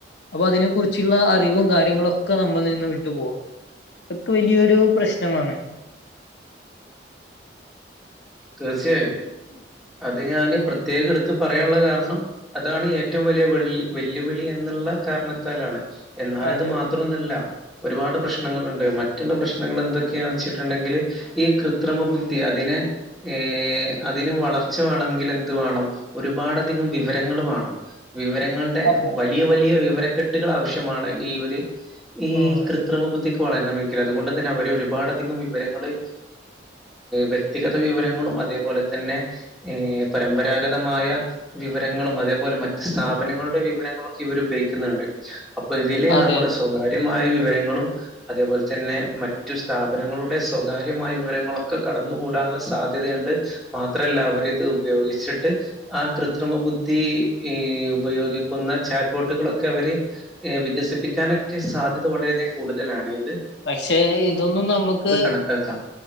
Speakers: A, on the left; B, in the centre.
A: അപ്പൊ അതിനെ കുറിച്ചുള്ള അറിവും കാര്യങ്ങളൊക്കെ നമ്മൾ നിന്ന് വിട്ടു പോവും. അതൊക്കെ വലിയൊരു പ്രശ്നമാണ്.
B: തീർച്ചയായും. അത് ഞാന് പ്രത്യേകം എടുത്ത് പറയാനുള്ള കാരണം അതാണ് ഏറ്റവും വലിയ വെള്ളി വെല്ലുവിളി എന്നുള്ള കാരണത്താലാണ് എന്നാൽ
A: അതെ
B: അത് മാത്രം ഒന്നല്ല. ഒരുപാട് പ്രശ്നങ്ങളുണ്ട് മറ്റുള്ള പ്രശ്നങ്ങൾ എന്തൊക്കെയാന്ന് വെച്ചിട്ടുണ്ടെങ്കിൽ ഈ കൃത്രിമ ബുദ്ധി അതിനെ ഏ അതിന് വളർച്ച വേണമെങ്കിൽ എന്തു വേണം ഒരുപാട് അധികം വിവരങ്ങൾ വേണം. വിവരങ്ങളുടെ
A: അതെ
B: വലിയ വലിയ വിവരക്കെട്ടുകൾ ആവശ്യമാണ് ഈ ഒരു ഈ
A: ഉം
B: കൃത്രരിമ ബധ വളരണമെങ്കിൽ അതുകൊണ്ട് തന്നെ അവരെ ഒരുപാട്ധികം വിവരങ്ങള് വ്യക്തി വിവരങ്ങളും അതേപോലെ തന്നെ പരമ്പരാഗതമായ വിവരങ്ങളും അതേപോലെ മറ്റ സ്ഥാപനങ്ങളുടെ വിവരങ്ങളൊക്കെ ഇവർ ഉപയോഗിക്കുന്നുണ്ട് അപ്പൊ ഇതില്
A: അതെ
B: നമ്മുടെ സ്വകാര്യ വിവരങ്ങളും അതേപോലെ തന്നെ മറ്റു സ്ഥാപനങ്ങളുടെ സ്വകാര്യമായ വിവരങ്ങളൊക്കെ കട കൂട സാധ്യതയുണ്ട് മാത്രമല്ല അവരി ഇത് ഉപയോഗിച്ചിട്ട് ആ കൃത്രിമ ബുദ്ധി ഈ ഉപയോഗിക്കുന്ന ചാറ്റ് ബോട്ടുകളൊക്കെ അവര് ഏഹ വികസിപ്പിക്കാനൊക്കെ സാധ്യത വളരെയധികം കൂടുതലാണ്ത്
A: പക്ഷെ ഇതൊന്നും നമുക്ക്
B: കണക്കാക്കാം.